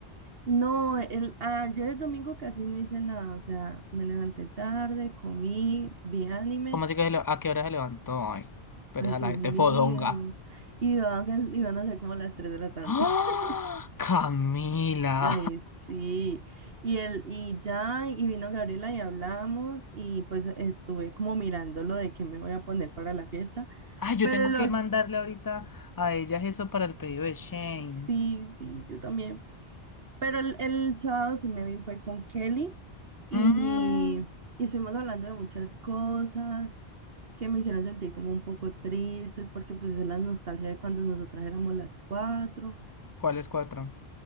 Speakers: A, on the right (about 65°); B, on the left (about 30°).
A: No, el, ayer el domingo casi no hice nada, o sea, me levanté tarde, comí, vi anime,
B: ¿Cómo así que se le- a qué hora se levantó ay Pero
A: ay
B: esa
A: Dios
B: la gente
A: mío,
B: fodonga.
A: y van, iban a ser como las 3 de la tarde.
B: ¡Ah!
A: <laughs>
B: ¡Camila!
A: Ay, sí, y, el, y ya, y vino Gabriela y hablamos, y pues estuve como mirando lo de qué me voy a poner para la fiesta,
B: <laughs> Ay, yo
A: pero
B: tengo
A: lo
B: que mandarle ahorita a ellas eso para el pedido de Shane.
A: Sí, sí, yo también. Pero el, el sábado sí me vi, fue con Kelly y,
B: Mm,
A: y estuvimos hablando de muchas cosas que me hicieron sentir como un poco tristes porque pues es la nostalgia de cuando nosotras éramos las cuatro,
B: ¿cuáles cuatro?